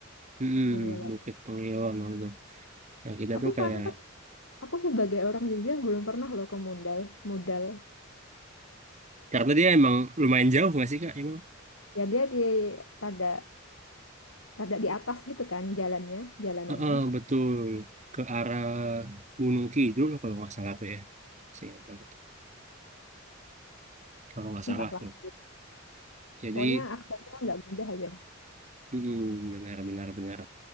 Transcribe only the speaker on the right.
hmm,
Bukit Pengilon waktu itu nah kita
tuh
kayak
karena dia emang lumayan jauh nggak sih kak emang
Heeh, betul ke arah Gunung Kidul kalau nggak salah tuh ya Seingat aku tuh. kalau nggak
salah tuh jadi
hmm, benar benar benar